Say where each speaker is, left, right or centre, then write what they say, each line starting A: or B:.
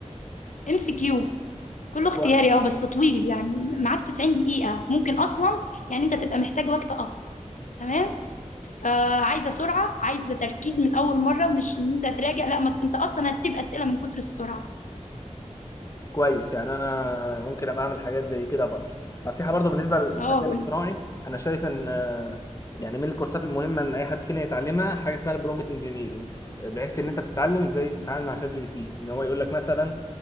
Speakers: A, on the left (about 80°); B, on the left (about 25°).
A: ام سي كيو كله اختياري
B: كوي-
A: اه بس طويل يعني معاك 90 دقيقة ممكن اصلا يعني انت تبقى محتاج وقت اكتر تمام فعايزة سرعة عايزة تركيز من اول مرة مش ان انت تراجع لا ما انت اصلا هتسيب اسئلة من كتر السرعة
B: كويس يعني انا ممكن ابقى اعمل حاجات زي كده برضو نصيحه برضو بالنسبه للذكاء
A: اه
B: الاصطناعي
A: وال-
B: انا شايف ان آه، يعني من الكورسات المهمه ان اي حد فينا يتعلمها حاجه اسمها البرومت انجينيرنج بحيث ان انت بتتعلم ازاي تتعامل مع شات جي بي تي ان هو يقول لك مثلا